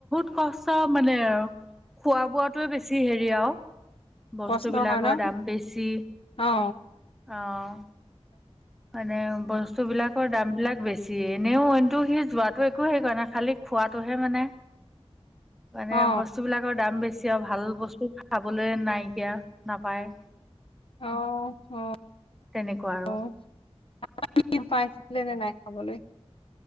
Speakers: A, in the centre; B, on the left (about 55°).
A: সচা মানে আৰু খোৱা বোৱাতোৱে বেছি হেৰি আৰু বস্তুবিলাকৰ
B: কষ্ট হয় ন
A: দাম বেছি,
B: অ
A: অহঁ। মানে বস্তু বিলাকৰ দাম বিলাক বেছি এনেওটো সি যোৱাটো একো সেইকাৰ নে খালি খোৱাটোহে মানে মানে
B: অ
A: বস্তু বিলাকৰ দাম বেছি। এতিয়া ভাল বস্তু খাবলৈ নাইকিয়া নাপায়।
B: আহ আহ
A: তেনেকুৱা আৰু
B: আহ পাইছিলে নে নাই খাবলৈ